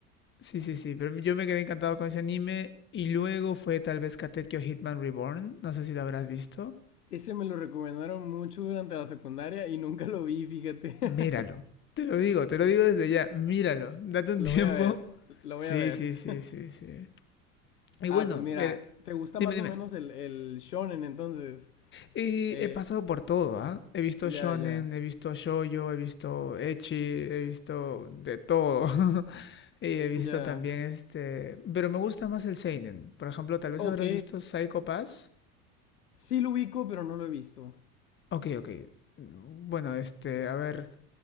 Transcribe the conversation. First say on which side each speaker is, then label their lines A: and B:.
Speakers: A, on the left; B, on the left.
A: sí, sí, sí. Pero yo me quedé encantado con ese anime y luego fue tal vez Katekyo Hitman Reborn. No sé si lo habrás visto.
B: Ese me lo recomendaron mucho durante la secundaria y nunca lo vi, fíjate. <laughs>
A: Míralo. Te lo digo, te lo digo desde ya. Míralo. Date un
B: Lo
A: <laughs> tiempo.
B: voy a ver, lo
A: Sí,
B: voy a ver.
A: sí, sí,
B: <laughs>
A: sí, sí. Y
B: Ah,
A: bueno,
B: pues mira,
A: dime,
B: ¿te gusta más
A: dime.
B: o menos el, el shonen entonces?
A: Y
B: Eh,
A: he pasado por todo, ¿ah? He visto shonen,
B: ya, ya,
A: he visto shoujo, he visto ecchi, he visto de todo. <laughs> Y he visto
B: ya.
A: también este... Pero me gusta más el seinen. Por ejemplo, tal vez
B: Ok.
A: habrás visto Psycho Pass.
B: Sí lo ubico, pero no lo he visto.
A: Ok, ok. Bueno, este, a ver...